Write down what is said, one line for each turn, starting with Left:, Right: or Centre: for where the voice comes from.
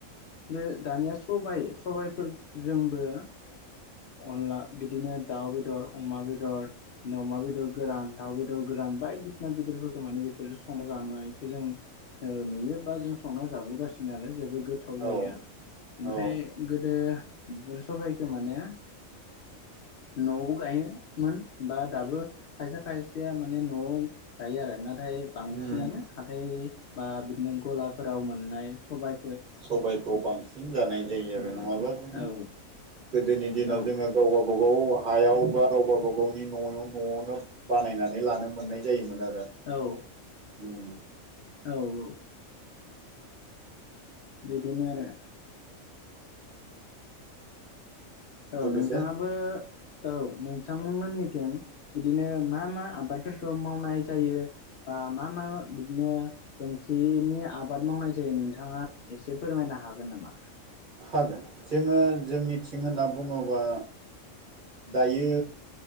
Left: बे दानिया सबाइ सबायफोरजोंबो अनला बिदिनो दाउ बेदर अमा बेदर अमा बेदर गोरान दाउ बेदर गोरान बायदिसिना बेदरफोरखौ माने बेफोर संना जानायखौ जों नुयो बा जों संना जाबोगासिनो आरो जेबो गोथाव
Right: औ
Left: जायो ओमफ्राय
Right: औ
Left: ओ सबाइखो माने न'आवबो गायोमोन बा दाबो खायसे खायसेया माने न'आव गायो आरो नाथाय बांसिनानो
Right: उम
Left: हाथाय बा बिदिनो गलाफोराव मोननाय सबाय
Right: सबायखौ बांसिन जानाय जायो
Left: उम
Right: आरो
Left: औ
Right: नङाब्ला जोङो गोदोनि दिनाव
Left: औ
Right: जोङो गाव गाव गावबागाव हायाव बा गाव गावबागावनि न'आव न'आवनो बानायनानै लानो मोननाय जायोमोन आरो
Left: औ
Right: उम
Left: औ औ बिदिनो आरो औ
Right: लोगोसे
Left: नोंथाङाबो औ नोंथांनिमोननिथिं बिदिनो मा मा आबादफोरखौ मावनाय जायो मा मा बिदिनो ओंख्रिनि आबाद मावनाय जायो नोंथाङा एसे फोरमायना नो हागोन नामा?
Right: हागोन जोङो जोंनिथिं होनना बुङोबा दायो